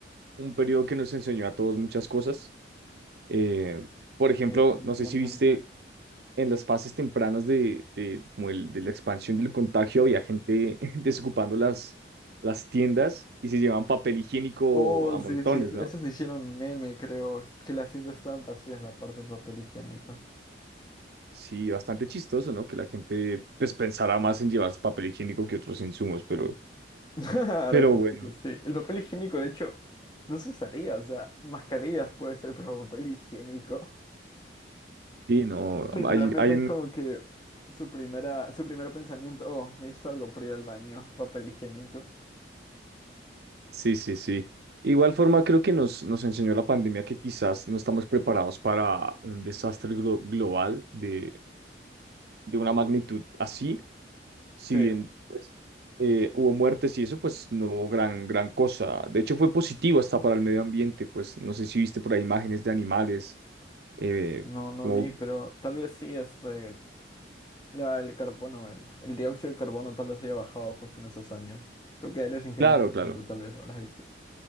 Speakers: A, on the right; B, on the left.
A: un periodo que nos enseñó a todos muchas cosas. Eh, por ejemplo,
B: Sí, definitivamente.
A: no sé si viste en las fases tempranas de, de, como el- de la expansión del contagio, había gente <laughs> desocupando las, las tiendas y se llevaban papel higiénico
B: Oh,
A: a montones,
B: sí, sí, es- esos
A: ¿no?
B: se hicieron meme, creo. Es que las cintas estaban vacías, la parte del papel higiénico.
A: Sí, bastante chistoso, ¿no? Que la gente pues pensará más en llevarse papel higiénico que otros insumos, pero,
B: <laughs> Ahora
A: pero
B: que lo
A: bueno,
B: pienso, sí. El papel higiénico, de hecho, no se usaría, o sea, mascarillas puede ser, pero papel higiénico.
A: sí, no,
B: <laughs> Literalmente
A: hay, hay un,
B: es como que su primera, su primer pensamiento, oh, necesito algo para ir al baño, <laughs> papel higiénico.
A: sí, sí, sí. Igual forma creo que nos, nos enseñó la pandemia que quizás no estamos preparados para un desastre glo- global de, de una magnitud así si
B: Sí,
A: bien pues, eh, hubo muertes y eso, pues no hubo gran, gran cosa. De hecho, fue positivo hasta para el medio ambiente, pues no sé si viste por ahí imágenes de animales, eh,
B: no, no
A: como,
B: vi, pero tal vez sí, este, La, el carbono, el, el dióxido de carbono tal vez haya bajado justo en esos años. Tú que eres ingeniero
A: claro, claro.
B: químico tal vez lo habrás visto.